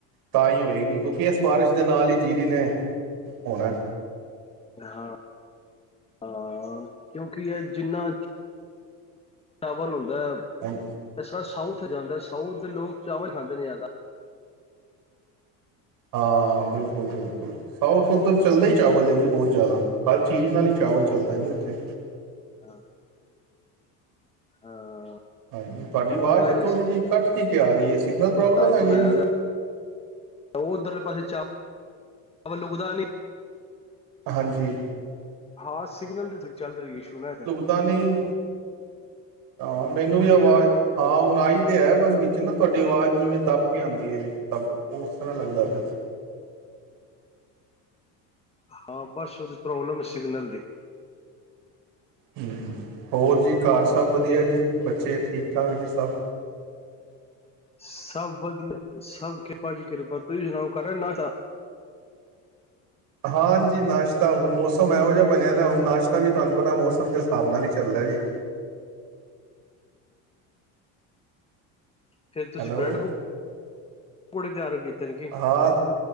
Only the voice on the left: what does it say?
ਹਾਂ ਹਾਂ, ਕਿਉਂਕਿ ਇਹ ਜਿੰਨਾ ਸਾਵਨ ਹੁੰਦਾ ਹੈ
ਸਾਾ ਸਾਊਥ ਜਾਂਦਾ ਸਾਊਥ ਦੇ ਲੋਕ ਚਾਵਲ ਖਾਂਦੇ ਨੇ ਜ਼ਿਆਦਾ।
ਹਾਂ ਹਾਂ
ਮਹਾਰਾਜ
ਸਾਬ
ਬਣਾਇਆ
ਦਾ ਉਹ ਉਧਰਲੇ ਪਾਸੇ ਚਾ ਵਲ ਉਗਦਾ ਨਹੀਂ।
ਹਾਂ ਸਿਗਨਲ ਦੀ ਚੱਲ ਰਹੀ ਸੁੂਣਾ
ਹਾਂ ਬਸ ਉਹਦੀ ਪ੍ਰੋਬਲਮ ਹੈ ਸਿਗਨਲ ਦੀ।
ਸਭ ਵਧੀਆ ਸਭ ਕਿਰਪਾਜੀ ਕਿਰਪਾ, ਤੁਸੀਂ ਸੁਣਾਓ ਕਰਲਿਆ ਨਾਸ਼ਤਾ।
ਫੇਰ ਤੁਸੀਂ
ਬ੍ਰੈਡ ਪ, ਪਕੌੜੇ ਤਿਆਰ ਕੀਤੇ ਨੇ ਕੀ।